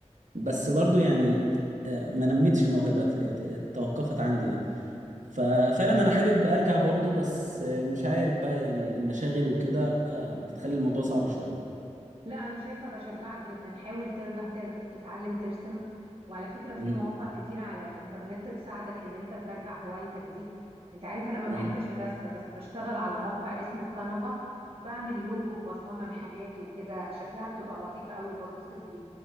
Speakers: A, on the right (about 85°); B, on the right (about 50°).
A: بس برضو يعني آه، ما نمتش الموهبة ت- ت- توقفت عندي يعني ففعلا انا حابب ارجع برضو بس آه، مش عارف بقى يعني المشاغل وكده آه، بتخلي الموضوع صعب شوية
B: لا انا شايفه بشجعك جدا حاول ترجع تر... تتعلم ترسم وعلى فكره في
A: مهم.
B: مواقع كتير على الانترنت تساعدك ان انت ترجع هوايتك دي انت عارف انا ما
A: مهم.
B: بحبش الرسم بس بشتغل على موقع اسمه كانفا بعمل لوجو وبصمم حاجات وكده شكلها بتبقى لطيف قوي وبتبسط بيها